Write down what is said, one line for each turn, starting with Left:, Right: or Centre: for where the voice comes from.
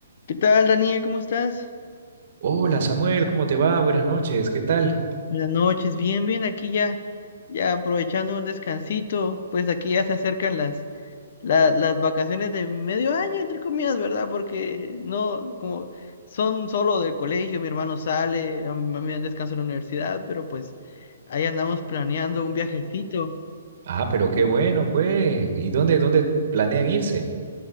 Left: ¿Qué tal, Daniel? ¿Cómo estás?
Right: Hola Samuel, ¿cómo te va? Buenas noches, ¿qué tal?
Left: Buenas buenas noches, bien, bien, aquí ya, ya aprovechando un descansito, pues aquí ya se acercan las, la- las vacaciones de medio año, entre comillas, ¿verdad? Porque no, como son solo del colegio, mi hermano sale, a mí a mí me dan descanso en la universidad, pero pues ahí andamos planeando un viajecito.
Right: Ah, pero qué bueno, pues. ¿Y dónde, dónde planean irse?